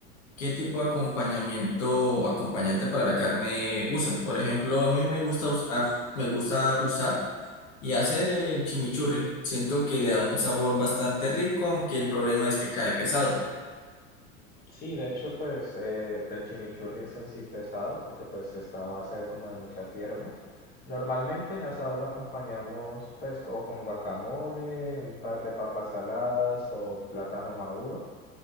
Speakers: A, on the left (about 70°); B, on the left (about 20°).
A: ¿Qué tipo de acompañamiento o acompañante para la carne usas? Por ejemplo, a mí me gusta, us- a- me gusta usar y hacer el chimichurri. Siento que le da un sabor bastante rico, aunque el problema es que cae pesado.
B: Sí, de hecho, pues eh, el chimichurri es en sí pesado porque pues está a base de como de muchas hierbas. Normalmente el asado lo acompañamos pues o con guacamole, un par de papas saladas o plátano maduro